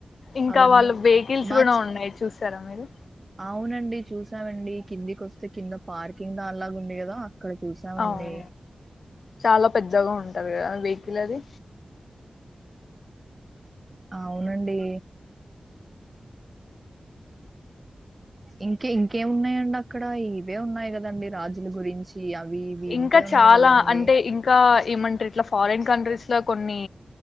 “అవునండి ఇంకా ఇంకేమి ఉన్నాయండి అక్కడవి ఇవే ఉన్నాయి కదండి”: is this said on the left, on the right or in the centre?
Right